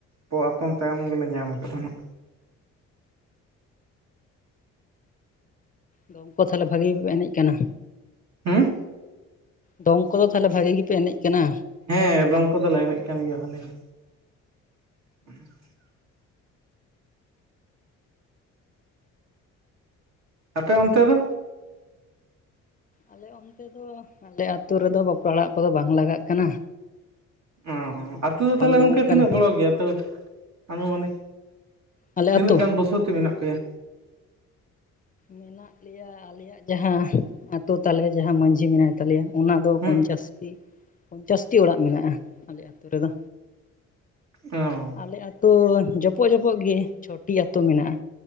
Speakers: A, on the right; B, on the left.
A: ᱯᱚ ᱟᱛᱚᱢ ᱛᱟᱭᱚᱢ ᱜᱮᱞᱮ ᱧᱟᱢ ᱟᱠᱟᱫ ᱱᱟᱜ᱾
B: ᱫᱚᱝ ᱠᱚ ᱛᱟᱦᱚᱞᱮ ᱵᱷᱟᱹᱜᱤ ᱜᱮᱯᱮ ᱮᱱᱮᱡ ᱠᱟᱱᱟ᱾
A: ᱦᱩᱸ
B: ᱫᱚᱝ ᱠᱚᱫᱚ ᱛᱟᱦᱚᱞᱮ ᱵᱷᱟᱹᱜᱤ ᱜᱮᱯᱮ ᱮᱱᱮᱡ ᱠᱟᱱᱟ?
A: ᱦᱮᱸ ᱫᱚᱝ ᱠᱚᱫᱚᱞᱮ ᱮᱱᱮᱡ ᱠᱟᱱ ᱜᱮᱭᱟ ᱵᱷᱟᱹᱞᱤ ᱜᱮ᱾ <unintelligible> ᱟᱯᱮ ᱚᱱᱛᱮ ᱫᱚ᱾
B: ᱟᱞᱮ ᱚᱱᱛᱮ ᱫᱚ ᱟᱞᱮ ᱟᱹᱛᱩ ᱨᱮᱫᱚ ᱵᱟᱯᱞᱟ ᱚᱲᱟᱜ ᱠᱚᱫᱚ ᱵᱟᱝ ᱞᱟᱜᱟᱜ ᱠᱟᱱᱟ᱾
A: ᱚ
B: ᱫᱚᱝ ᱮᱱᱮᱡ
A: ᱟᱹᱛᱩ
B: ᱠᱚᱦᱚᱸ
A: ᱫᱚ ᱛᱟᱦᱚᱞᱮ
B: ᱵᱟᱝ ᱧᱟᱢᱚᱜ
A: ᱜᱚᱢᱠᱮ
B: ᱠᱟᱱᱟ
A: ᱛᱤᱱᱟᱹᱜ ᱵᱚᱲᱚ ᱜᱮᱭᱟ ᱛᱚ ᱟᱹᱱᱩᱢᱟᱹᱱᱤᱠ?
B: ᱟᱞᱮ
A: ᱛᱤᱱᱟᱹᱜ
B: ᱟᱹᱛᱩ
A: ᱜᱟᱱ ᱵᱚᱥᱚᱛᱤ ᱢᱮᱱᱟᱜ ᱯᱮᱭᱟ?
B: ᱢᱮᱱᱟᱜ ᱞᱮᱭᱟ ᱟᱞᱮᱭᱟᱜ ᱡᱟᱦᱟᱸ ᱟᱛᱳ ᱛᱟᱞᱮ ᱡᱟᱦᱟᱸ ᱢᱟᱹᱡᱷᱤ ᱢᱮᱱᱟᱭ ᱛᱟᱞᱮᱭᱟ ᱚᱱᱟ ᱫᱚ
A: ᱦᱩᱸ
B: ᱯᱚᱧᱪᱟᱥ ᱴᱤᱼᱼ ᱯᱚᱧᱪᱟᱥ ᱴᱤ ᱚᱲᱟᱜ ᱢᱮᱱᱟᱜᱼᱟ ᱟᱞᱮ ᱟᱹᱛᱩ ᱨᱮᱫᱚᱼᱼ
A: ᱚᱸᱻ
B: ᱟᱞᱮ ᱟᱹᱛᱩ ᱡᱚᱯᱚᱜ ᱡᱚᱯᱚᱜ ᱜᱮ ᱪᱷᱚᱴᱤ ᱟᱹᱛᱩ ᱢᱮᱱᱟᱜᱼᱟ